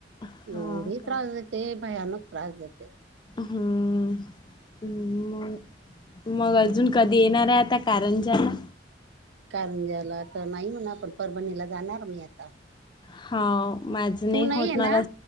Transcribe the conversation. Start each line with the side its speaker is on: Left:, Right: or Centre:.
Left: हो
Right: एवढी
Left: का
Right: त्रास देते भयानक त्रास देते.
Left: हम्म <unintelligible> मग अजून कधी येणार आहे आता कारंजा ला.
Right: कारण ज्याला आता नाही म्हणा <unintelligible> परभणीला जाणार मी आता.
Left: हाव माझ नाही
Right: तू
Left: होत
Right: आहे
Left: मला
Right: ना